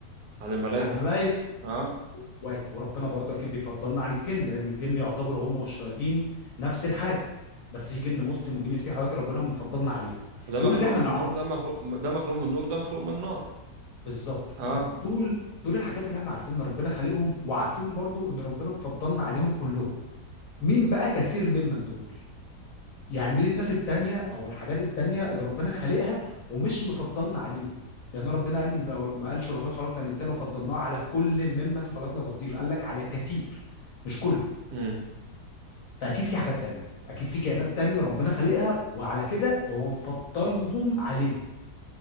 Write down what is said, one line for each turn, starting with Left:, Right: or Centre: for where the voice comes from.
Right: عن الملائكة
Left: على الملائكه
Right: اه
Left: وأك- وربنا برضو اكيد بيفضلنا عن الجن لان الجن يعتبر هم والشياطين نفس الحاجه بس في جن مسلم وجن مسيحي ولكن ربنا مفضلنا عليهم
Right: وده
Left: دول
Right: مخلوق
Left: اللي احنا
Right: من
Left: نعرفهم
Right: النور ده مخلوق ده مخلوق من النور ده مخلوق من النار
Left: بالظبط
Right: اه
Left: طب دول دول الحاجات اللي احنا عارفين ان ربنا خالقهم وعارفين برضو ان ربنا مفضلنا عليهم كلهم مين بقى كثير ممن دول يعني مين الناس التانية او الحاجات التانية اللي ربنا خالقها ومش مفضلنا عليهم لان ربنا قال لو ما قالش ولقد خلقنا الانسان وفضلناه على كل ممن خلقنا تفضيل قال لك على كثير مش كله
Right: امم
Left: فاكيد في حاجات تانية اكيد في كائنات تانية ربنا خلقها وعلى كده هو مفضلهم علينا